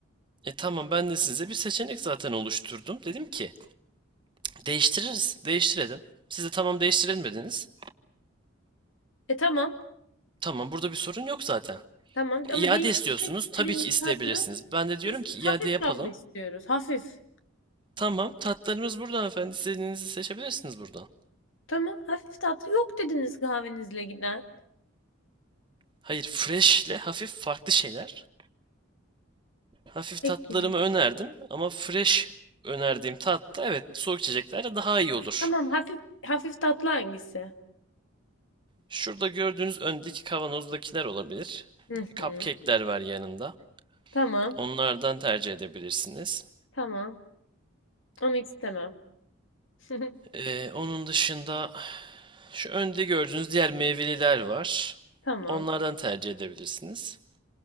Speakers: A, on the right (about 25°); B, on the left (about 65°).
A: E tamam ben de size bir seçenek zaten oluşturdum. Dedim ki değiştiririz, değiştirelim. Siz de tamam değiştirelim dediniz.
B: E tamam.
A: Tamam, burada bir sorun yok zaten.
B: Tamam ama
A: İade
B: değiştirmek
A: istiyorsunuz.
B: istediğiniz
A: Tabii ki isteyebilirsiniz.
B: tatlı.
A: Ben de diyorum
B: Biz
A: ki
B: hafif
A: iade yapalım.
B: tatlı istiyoruz. Hafif.
A: Tamam, tatlarımız burada efendim İstediğinizi seçebilirsiniz buradan.
B: Tamam. Hafif tatlı yok dediniz kahvenizle giden.
A: Hayır, fresh ile hafif farklı şeyler. Hafif
B: Peki.
A: tatlarımı önerdim ama fresh önerdiğim tatta evet soğuk içeceklerde daha iyi olur.
B: Tamam. Hafif hafif tatlı hangisi?
A: Şurada gördüğünüz öndeki kavanozdakiler olabilir.
B: Hı hı.
A: Cupcake'ler var yanında.
B: Tamam.
A: Onlardan tercih edebilirsiniz.
B: Tamam. Onu istemem. <laughs>
A: Ee, onun dışında Şu önde gördüğünüz diğer meyveliler var.
B: Tamam.
A: Onlardan tercih edebilirsiniz.